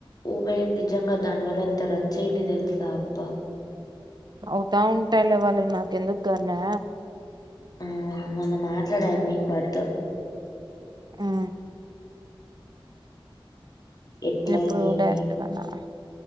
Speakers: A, on the left (about 45°); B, on the right (about 50°).
A: ఒమె నిజంగా దానివల్ల ఎంత రచ్చయింది తెల్స్ దబ్బా
B: అవుతా ఉంటాయ్లే వాల్లది నాకెన్దుకుగ్గానీ
A: ఆ మొన్న మాట్ ట్లాడమ్ మీ వాడితో
B: ఆ
A: ఎట్లా
B: ఎప్పుడు
A: ఏమి
B: డైరెక్ట్ గానా?